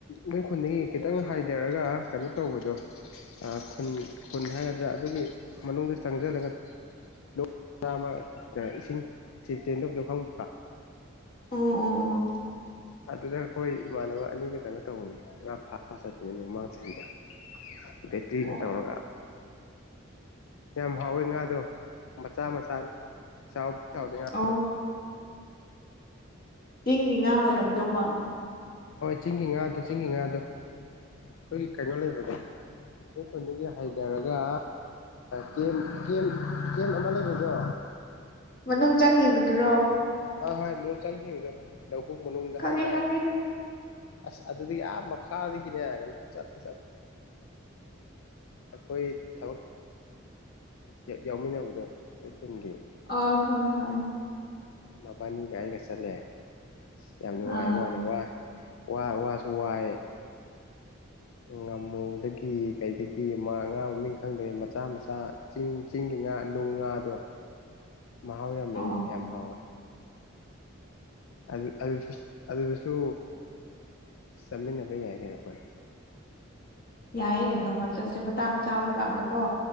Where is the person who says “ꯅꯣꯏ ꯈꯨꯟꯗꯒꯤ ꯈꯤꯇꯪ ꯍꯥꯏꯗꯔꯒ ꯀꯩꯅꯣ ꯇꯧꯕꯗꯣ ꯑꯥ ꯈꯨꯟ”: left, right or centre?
Left